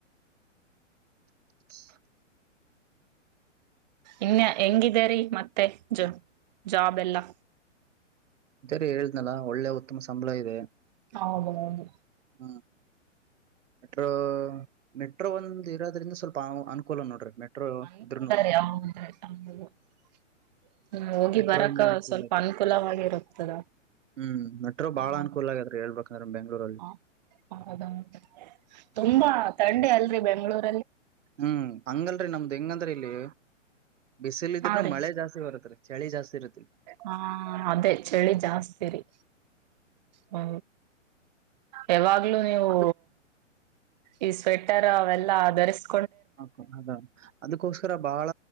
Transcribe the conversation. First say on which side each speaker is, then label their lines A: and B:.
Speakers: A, on the right; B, on the right.
A: <inaudible>
B: ಇನ್ ಹೆಂಗಿದೆರಿ ಮತ್ತೆ ಜ ಜಾಬ್ ಎಲ್ಲಾ
A: ಇದೇರಿ ಹೇಳ್ದ್ನಲ ಒಳ್ಳೆ ಉತ್ತಮ ಸಂಬಳ ಇದೆ
B: ಹೌದ ಹೌದು
A: ಹಾ ಮೆಟ್ರೋ ಮೆಟ್ರೋ ಒಂದು ಇರೋದ್ರಿಂದ ಸ್ವಲ್ಪ ಅನುಕೂಲ ನೋಡ್ರಿ ಮೆಟ್ರೋ
B: ಅಲಾರ
A: ಇದ್ರುನು
B: ಆಂದು ಎಟ <unintelligible> ಹು ಹೋಗಿ
A: ಮೆಟ್ರೋ
B: ಬರಾಕ
A: ಇಂದ ಅನುಕೂಲ
B: ಸ್ವಲ್ಪ
A: ಆಯ್ತು
B: ಅನುಕೂಲವಾಗಿರುತ್ತರ
A: ಹ್ಮ್ ಮೆಟ್ರೋ
B: <unintelligible>
A: ಬಾಳ ಅನುಕೂಲ ಆಗದ್ರಿ ಹೇಳ್ಬೇಕಂದ್ರ ಬೆಂಗ್ಳೂರಲ್ಲಿ
B: ತುಂಬಾ ಥಂಡಿ ಅಲ್ರಿ ಬೆಂಗಳೂರು
A: ಹು ಅಂಗಲ್ ರಿ ನಮ್ದ್ ಹೆಂಗಂದ್ರ ಇಲ್ಲಿ ಬಿಸಿಲ್ ಇದ್ರನು
B: ಹಾ ರಿ
A: ಮಳೆ ಜಾಸ್ತಿ ಬರತ್ರಿ ಚಳಿ ಜಾಸ್ತಿ ಇರತ್ರಿ
B: ಹ ಅದೇ ಚಳಿ ಜಾಸ್ತಿರಿ ಹೂ ಯಾವಾಗ್ಲುೂ ನೀವು
A: ಅದಕ್
B: ಈ ಸ್ವೆಟರ್ ಅವೆಲ್ಲಾ ಧರಿಸಿ
A: ಹ ಅದ ಅದಕ್ಕೋಸ್ಕರ ಬಾಳ